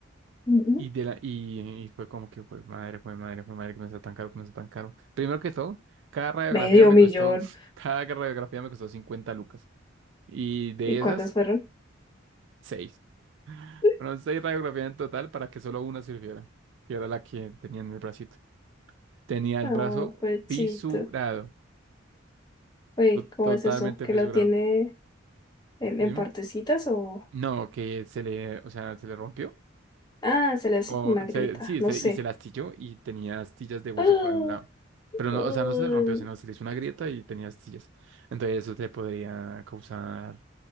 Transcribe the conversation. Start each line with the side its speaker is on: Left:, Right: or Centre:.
Left: Ujú.
Right: y, de la, y, y fue como que fue madre, fue madre, fue madre, que me está tan caro, que me está tan caro. Primero que todo, cada radiografía
Left: Medio
Right: me
Left: millón.
Right: costó, <laughs> cada radiografía me costó 50 lucas. Y de
Left: ¿Y cuántas
Right: esas,
Left: fueron?
Right: seis.
Left: <laughs>
Right: Fueron seis radiografías en total para que solo una sirviera, que era la que tenía en el bracito. Tenía el
Left: Ah,
Right: brazo
Left: pechito.
Right: fisurado,
Left: Uy,
Right: to-
Left: ¿cómo
Right: totalmente
Left: es eso? ¿Que
Right: fisurado.
Left: lo tiene en,
Right: Dime.
Left: en partecitas o...?
Right: No, que se le, o sea, se le rompió
Left: Ah, se le hace
Right: O
Left: con una grieta,
Right: se- sí,
Left: no
Right: se,
Left: sé.
Right: y se la astilló y tenía astillas de hueso
Left: <gasps>
Right: por un lado.
Left: Ah,
Right: Pero no,
Left: ay,
Right: o sea, no se le rompió, sino se le hizo una grieta y tenía astillas. Entonces eso te podría causar